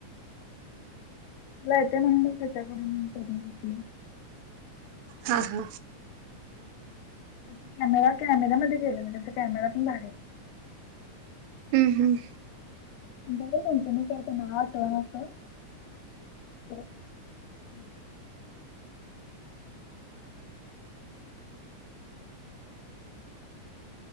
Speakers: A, on the left; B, on the right.
A: तेला येतंय म्हणूननच त्याच्याकडे करून घेतलं मी..
B: हा हा
A: त्या कॅमेरा कॅमेरामध्येध्ये गेललो त्याचा कॅमेरा पण बारी आहे
B: हम्म हम्
A: <unintelligible>